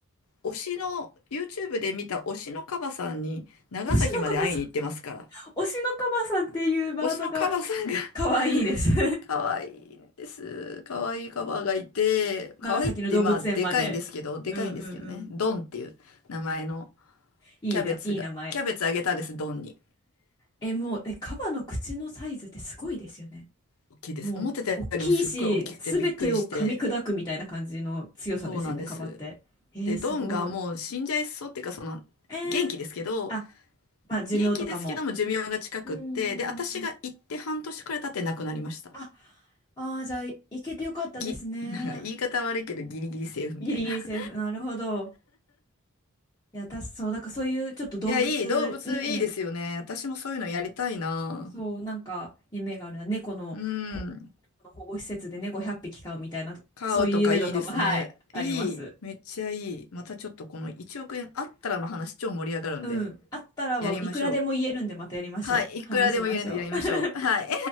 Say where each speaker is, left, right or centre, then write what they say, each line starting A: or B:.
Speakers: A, on the left; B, on the left.
A: 推しの、YouTube で見た推しのカバさんに長崎まで会いに行ってますから。
B: 推しのカバさん、推しのカバさんっていうワードが
A: 推しのカバさんが
B: 可愛いです <laughs>
A: <laughs> 可愛いんです。可愛いカバがいて、
B: 長崎の動物園まで。
A: 可愛いってまあ、でかいんですけど、でかいんですけどね。
B: うんうんうん。
A: ドンっていう名前の
B: いいな、
A: キャベツが、
B: いい名前。
A: キャベツあげたんです、ドンに。
B: え、もう、え、カバの口のサイズってすごいですよね。
A: 大きいです。
B: もう、
A: 思ってたよりもすっごい大きくてびっくりして、
B: 大きいし、すべてを噛み砕くみたいな感じの強さですよね、
A: そうなんです。
B: カバって。えー、
A: で、ドンがもう死んじゃいそうっていうか、
B: すごい。
A: その、
B: えー、
A: 元気ですけど、
B: あ、まあ、寿命とかも。
A: 元気ですけども寿命が近くって、
B: うーん。
A: で、私が行って半年くらい経って亡くなりました。
B: あ、あー、じゃあ、いけてよかったですね。
A: ぎ、<laughs> なんか言い方悪いけどギリギリセーフみたいな。
B: ギリギリセーフ。
A: <laughs>
B: なるほど。いや、私、そう、だからそういうちょっと動物、
A: いや、いい、動物いいですよね。
B: うん、
A: 私もそういうのやりたいな。
B: そう、なんか、夢があるな。猫の、
A: うん。
B: ほ、保護施設で猫100匹飼うみたいな、
A: 飼うとかいいですね。
B: そういう夢とかも、はい、あります。
A: いい、めっちゃいい。またちょっとこの1億円あったらの話超盛り上がるんで、
B: うん。あったらはいくらでも言えるんで、
A: やりましょう。
B: またやりましょう。
A: はい、いくらでも言えるんでやりましょう。
B: 話しましょう。
A: はい。